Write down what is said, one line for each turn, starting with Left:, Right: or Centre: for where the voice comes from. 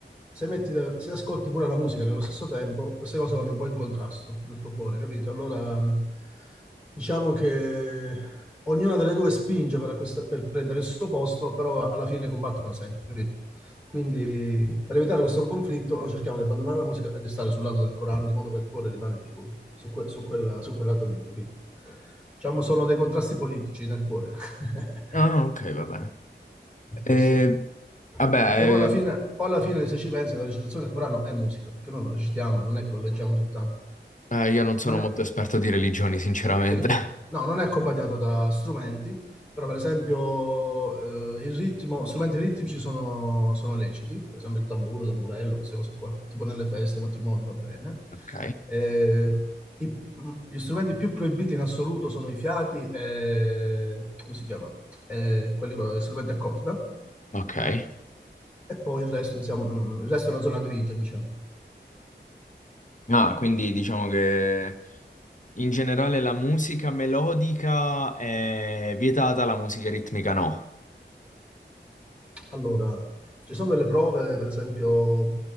Centre: se, metti da- se ascolti pure la musica nello stesso tempo, queste cose vanno un po' in contrasto nel tuo cuore, capito? Allora, mh, diciamo che ognuna delle due spinge per, acquista- per prendere il suo posto, però alla fine combattono sempre, capito? Quindi, per evitare questo conflitto, noi cerchiamo di abbandonare la musica e di stare sul lato del Corano, di modo che il cuore rimane più su, que- su quella- su quel lato lì, capito? Diciamo, sono dei contrasti politici nel cuore. <laughs>
Left: Ah, ok, va bene. Eh,
Centre: Questo è.
Left: vabbè,
Centre: Perché poi
Left: eh,
Centre: alla fine, poi alla fine, se ci pensi, la recitazione del Corano è musica, perché noi lo recitiamo, non è che lo leggiamo soltanto.
Left: eh, io non sono
Centre: Non
Left: molto
Centre: è-
Left: esperto di religioni, sinceramente.
Centre: Sì,
Left: <laughs>
Centre: no, non è accompagnato da strumenti, però per esempio eh, il ritmo, strumenti ritmici sono, sono leciti, per esempio il tamburo, il tamburello, queste cose qua, tipo nelle feste, ai matrimoni, va bene.
Left: Ok,
Centre: Eh, i- gli strumenti più proibiti in assoluto sono i fiati e, come si chiama? Eh, quelli con gli strumenti a corda,
Left: ok.
Centre: e poi il resto, insomma, mm, il resto è una zona grigia, diciamo.
Left: No, quindi diciamo che in generale la musica melodica è vietata, la musica ritmica no.
Centre: Allora, ci sono delle prove, per esempio,